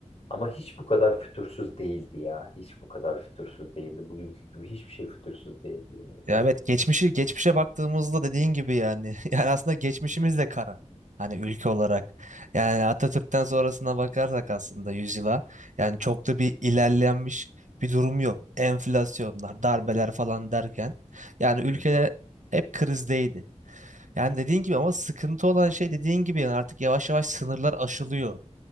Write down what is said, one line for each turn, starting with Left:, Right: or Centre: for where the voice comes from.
Left: Ama hiç bu kadar fütursuz değildi ya. Hiç bu kadar fütursuz değildi. Bugünkü gibi hiçbir şey fütursuz değildi. yemin ediyorum.
Right: Ya evet geçmişi geçmişe baktığımızda dediğin gibi yani <laughs> yani aslında geçmişimiz de kara. Hani ülke olarak yani Atatürk'ten sonrasına bakarsak aslında yüzyıla yani çok da bir ilerlenmiş bir durum yok. Enflasyonlar, darbeler falan derken yani ülke
Left: Hı
Right: hep krizdeydi. Yani dediğin gibi ama sıkıntı olan şey dediğin gibi yani artık yavaş yavaş sınırlar aşılıyor.